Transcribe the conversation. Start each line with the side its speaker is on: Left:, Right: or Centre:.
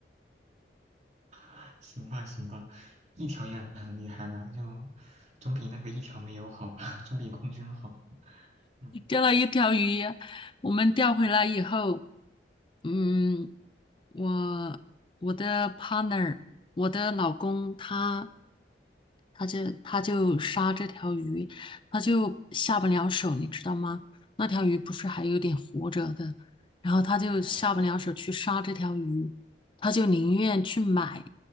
Right: <laughs> 行吧，行吧，一条也很厉害了，就总比那个一条没有好吧，<laughs> 总比空军好。嗯，
Left: 钓了一条鱼，我们钓回来以后，
Right: 嗯
Left: 嗯，我我的 partner，我的老公他他就他就杀这条鱼，他就下不了手，你知道吗？那条鱼不是还有点活着的，然后他就下不了手去杀这条鱼，
Right: 哦，
Left: 他就宁愿去买，